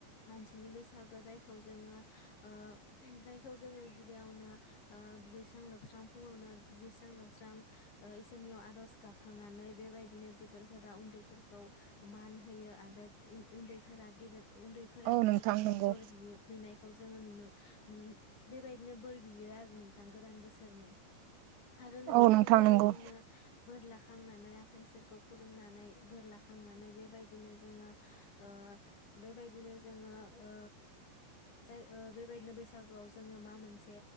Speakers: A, on the left; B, on the right.
A: मानसिनि बैसागो जायखौ जोङो जायखौ ओ जायखौ जोङो गिबियावनो ओ दुगैस्रां लोबस्रां फुङावनो दुगैस्रां लोबस्रां इसोरनियाव आर'ज गाबखांनानै नै बेबायदिनो गेदोरफोरा उन्दैफोरखौ मान होयो आरो उन- उन्दैफोरा गेदेर उन्दैफोरा
B: औ
A: गेदिरफोरनाव
B: नोंथां नंगौ
A: बोर बियो-बिनायखौ जोङो नुनो बेबायदिनो बोर बियो आरो नोंथां गोदान बोसोरनि आरो नोंथां
B: औ
A: बेबायदिनो
B: नंगौ
A: बोर ला खांनानै आफा इसोरखौ खुलुमनानै बोर लाखांनानै बेबायदिनो जोङो ओ बेबायदिनो जोङो ओ जाय बेबायदिनो बैसागोआव जोङो मा मोनसे